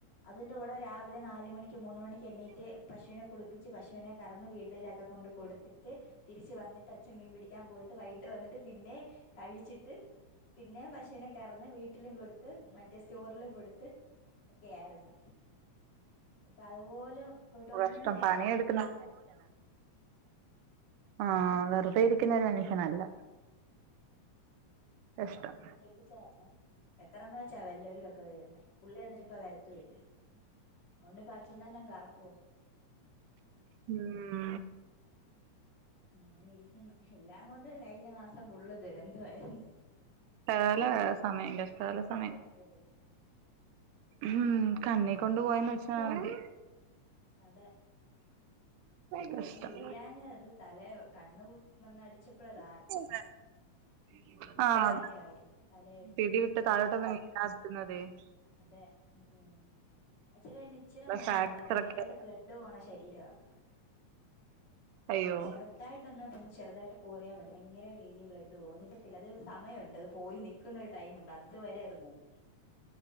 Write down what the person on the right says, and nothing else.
ഇഷ്ടം പണിയെടുക്കുന്ന മനുഷ്യാണ് ആഹ് വെറുതെ ഇരിക്കുന്നരു മനുഷ്യനല്ല കഷ്ട്ടം
ഉം
കാല സമയം
കഷ്ടകാല സമയം
ഉം കണ്ണി കൊണ്ട്
പോയന്ന് വെച്ചാ മതി
കഷ്ടം
<inaudible> ആഹ്
പിടി ഇട്ട് കാലോട്ടൊന്നും <inaudible>
ഫ്രാക്ചർ
ഒക്കെ
അയ്യോ